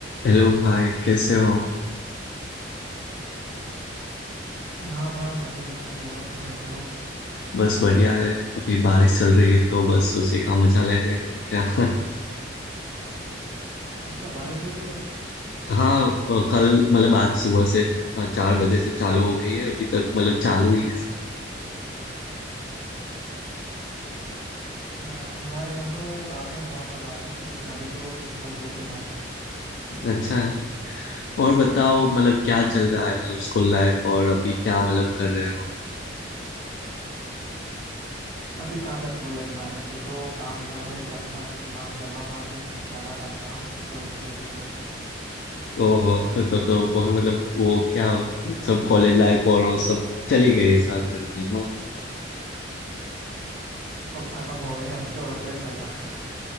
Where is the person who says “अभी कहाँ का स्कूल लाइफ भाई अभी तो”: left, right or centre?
Right